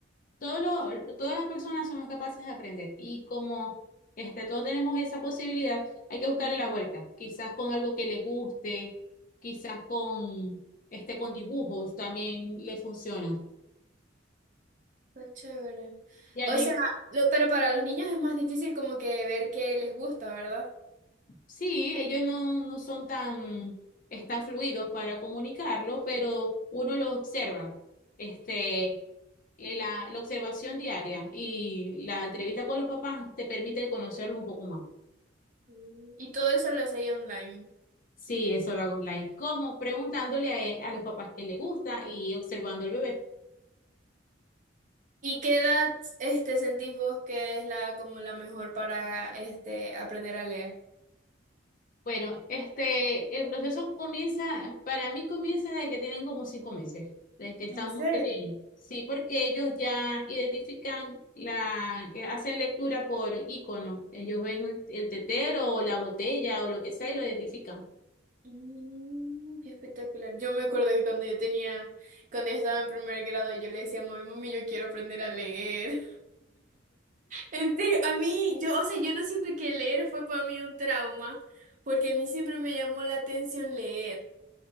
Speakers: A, on the left; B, on the right.
A: Todo lo- todas las personas somos capaces de aprender y como este, todos tenemos esa posibilidad, hay que buscarle
B: Ujú,
A: la vuelta, quizás con algo que le guste, quizás con, este, con dibujos también le funciona.
B: Está chévere.
A: Y al-
B: O sea, lo, pero para los niños es más difícil como que ver qué les gusta, ¿verdad?
A: sí, ellos no, no son tan, están fluidos para comunicarlo, pero uno lo observa, este, la, la observación diaria y la entrevista con los papás te permite conocerlos un poco más.
B: Mm. Y todo eso lo hacéis online.
A: Sí, eso lo hago online. ¿Cómo? Preguntándole a, a los papás qué le gusta y observando al bebé.
B: ¿Y qué edad este sentís vos que es la como la mejor para este aprender a leer?
A: Bueno, este, el proceso comienza, para mí comienza desde que tienen como cinco meses, desde que están
B: ¿En serio?
A: muy pequeños. Sí, porque ellos ya identifican la, eh, hacen lectura por icono. Ellos ven el, el tetero o la botella o lo que sea y lo identifican.
B: Mm, qué espectacular. Yo me acuerdo que cuando yo tenía, cuando yo estaba en primer grado, yo le decía, a mami, mami, yo quiero aprender a leer. En serio, a mí, yo, o sea, yo no siento que leer fue para mí un trauma, porque a mí siempre me llamó la atención leer.